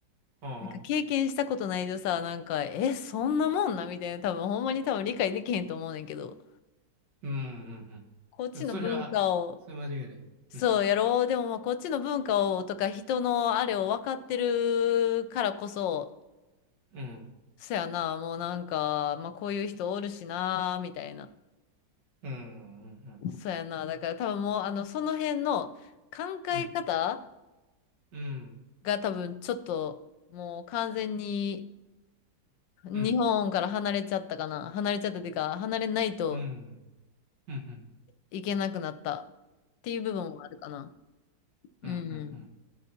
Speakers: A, on the right; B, on the left.
A: うんうん。
B: なんか経験したことないとさ、なんか、え、そんなもんなみたいな、多分ほんまに多分理解できへんと思うねんけど、
A: うんうんうん。
B: こっちの文化を、
A: それは、それ間違いない。
B: そうやろう、
A: うん。
B: でもまあこっちの文化をとか人のあれを分かってるからこそ、
A: うん。
B: そやな、もうなんか、まあこういう人おるしな、みたいな。
A: うん。うん。
B: そうやな、だから多分もう、あの、その辺の考え方
A: うん。うん。
B: が多分ちょっと、もう完全に日本から離れちゃったかな。
A: うん。
B: 離れちゃったっていうか、離れないと、
A: うん。うん。うん。
B: いけなくなったっていう部分はあるかな。うん。
A: うん。うん